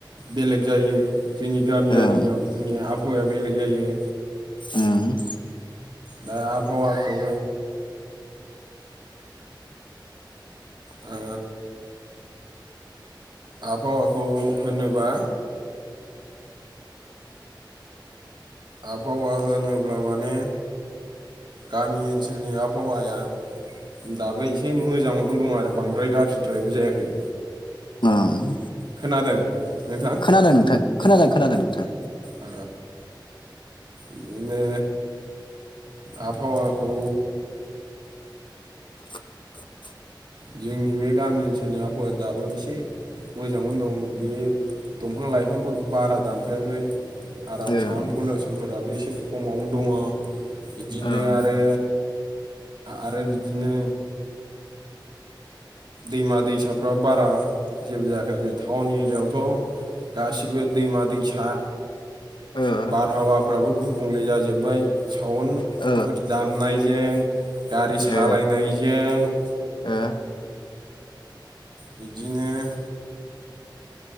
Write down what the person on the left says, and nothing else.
ओं
ओं
ओं
खोनादों नोंथां खोनादों खोनादों नोंथां
<inaudible>
ओं
ओं
ओ
ओ
ओ
ओ